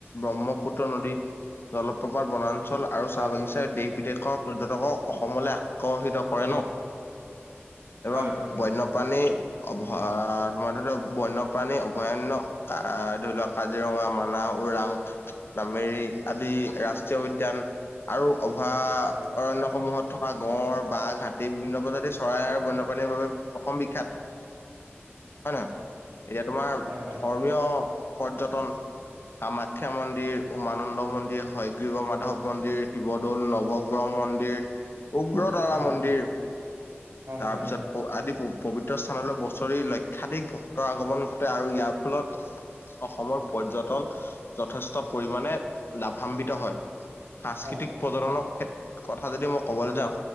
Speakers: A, on the left (about 60°); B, on the right (about 60°).
A: ব্ৰহ্মপুত্ৰ নদী, জলপ্ৰপাত বনাঞ্চল- আৰু
B: হয়
A: চাহ বাগিচাই দেশ বিদেশৰ পৰ্যটকক অসমলৈ আকৰ্ষিত কৰে ন। এ
B: হয় হয়
A: বন্যপ্ৰাণী- অভয় তোমাৰ বন্যপ্ৰাণী অভয়াৰণ্য। ধৰি লোৱা কাজিৰঙা, মানাহ, ওৰাং নামেৰি- আদি
B: উম
A: ৰাষ্ট্ৰীয়
B: উম
A: উদ্যান আৰু অভয়াৰণ্যসমূহত
B: হয়
A: থ- গঁড়, বাঘ, হাতী বিভিন্ন প্ৰজাতিৰ চৰাই আৰু বন্যপ্ৰাণীৰ বাবে অসম বিখ্যাত। হয় নহয়, এতিয়া তোমাৰ ধৰ্ম-
B: হয় হয়।
A: ধৰ্মীয় পৰ্যটন কামাখ্যা মন্দিৰ উমানন্দ মন্দিৰ হয়গ্ৰীৱ মাধৱ মন্দিৰ, শিৱদৌল, নৱগ্ৰহ মন্দিৰ, উগ্ৰতাৰা
B: হয় হয়
A: মন্দিৰ-
B: হয়
A: তাৰপিছত-
B: হয়
A: আদি পৱিত্ৰ স্থানলৈ বছৰি লক্ষাধিক ভক্তৰ আগমন ঘটে আৰু ইয়াৰ ফলত- অসমৰ পৰ্যটন যথেষ্ট পৰিমাণে লাভান্বিত হয়। সাংস্কৃতিক
B: হয়
A: প্ৰজনৰ ক্ষেত্ৰ কথা যদি মই ক'বলৈ যাওঁ